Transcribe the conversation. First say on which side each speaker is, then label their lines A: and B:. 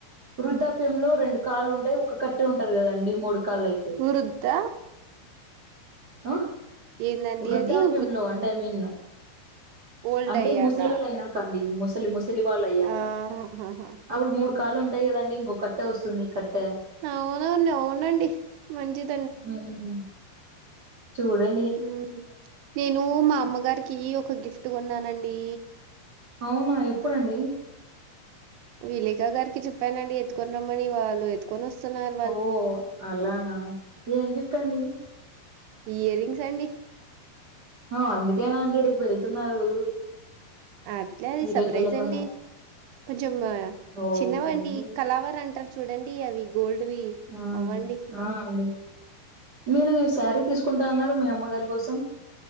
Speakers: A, on the right (about 65°); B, on the right (about 85°).
A: వృద్ధాప్యంలో రెండు కాలు ఉంటాయి ఒక కట్ట ఉంటది కదండి మూడు కాళ్లు అయితే
B: వృద్ద్
A: ఆ
B: ఏందండి
A: వృద్ధాప్యంలో
B: అది వృ
A: అంటే ఐ మీన్
B: ఓల్డ్
A: అంటే
B: అయ్యాక
A: ముసలోలు అయినాక ముసలి ముసలి వాళ్ళు అయ్యాక
B: ఆహాహా
A: అప్పుడు మూడు కాలు ఉంట టయి కదండి ఇంకొకట్ట వస్తుంది కట్టె
B: అవునండి అవునండి మంచిది
A: వు హమ్ చూడే
B: ఉం నేను మా అమ్మగారికి ఒక గిఫ్ట్ కొన్నానండి
A: అవునా ఎప్పుడండి
B: విలేకా గారికి చెప్పానండి ఎత్తుకొని రమ్మని వాళ్ళు కొనస్తున్నారు
A: ఓ అలానా ఏం గిఫ్ట్ అండి
B: ఇయర్ రింగ్స్ అండి
A: ఆ అందుకేనా అండి రేపు వెళ్తున్నారు
B: అట్లే అది
A: ఈ
B: సర్ప్రైజ్
A: రోజు వెళ్ళకుండా
B: అండి కొంచెం
A: ఓకే
B: చిన్నవండి
A: అండి
B: కళావర అంటారు చూడండి అవి గోల్డ్వి
A: ఆ
B: అవ్వండి
A: ఆ అండి మీరు శారీ తీసుకుంటా అన్నారు మీ అమ్మగారి కోసం